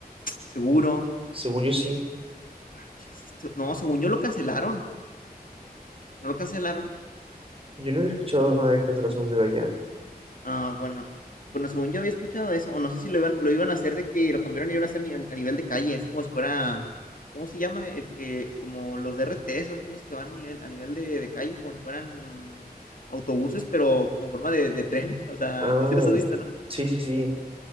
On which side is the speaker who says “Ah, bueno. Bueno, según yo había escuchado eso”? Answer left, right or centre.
Left